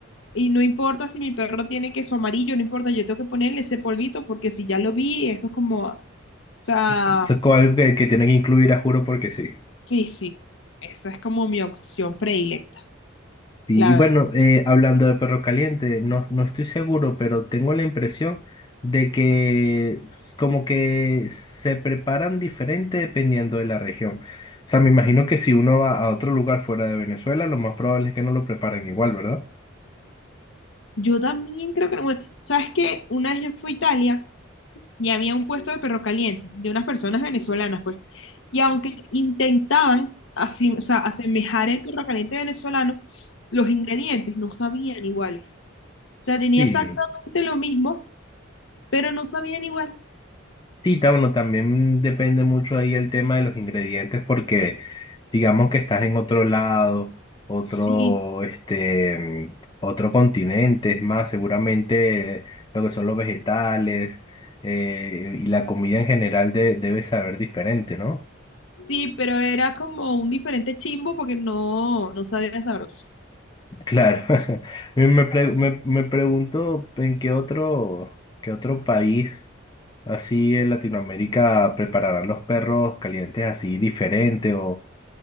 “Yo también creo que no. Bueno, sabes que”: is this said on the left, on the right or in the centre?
Left